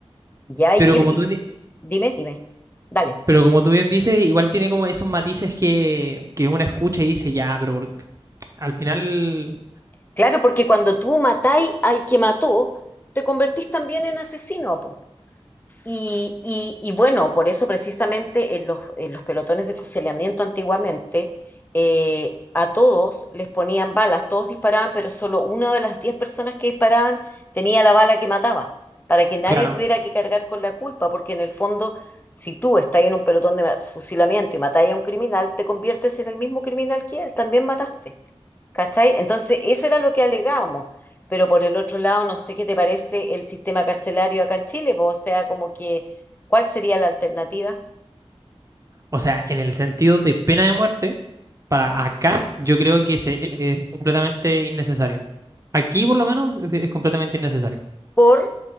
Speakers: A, on the left; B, on the right.
A: ¿Ya? ¿Y
B: Pero
A: qué?
B: como
A: y-
B: tú, di-
A: Dime, dime. Dale.
B: pero como tú bien dices, igual tiene como esos matices que, que uno escucha y dice, ya, pero por- al final,
A: Claro, porque cuando tú matáis al que mató, te convertís también en asesino, po. Y, y- y bueno, por eso precisamente en los, en los pelotones de fusilamiento antiguamente, eh, a todos les ponían balas, todos disparaban, pero solo una de las diez personas que disparaban tenía la bala que mataba, para que nadie
B: claro.
A: tuviera que cargar con la culpa, porque en el fondo, si tú estás en un pelotón de ma- fusilamiento y matáis a un criminal, te conviertes en el mismo criminal que él, también mataste. ¿Cachai? Entonces, eso era lo que alegábamos. Pero por el otro lado, no sé qué te parece el sistema carcelario acá en Chile, po, o sea, como que, ¿cuál sería la alternativa?
B: O sea, en el sentido de pena de muerte. Para
A: ¿Mm?
B: acá, yo creo que se- e- es completamente innecesario. Aquí, por lo menos, es es completamente innecesario.
A: Por,